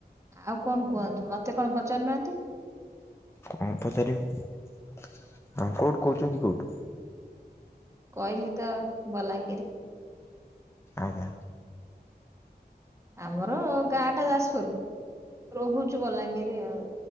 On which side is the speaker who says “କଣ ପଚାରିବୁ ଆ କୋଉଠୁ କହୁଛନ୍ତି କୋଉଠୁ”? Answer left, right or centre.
Left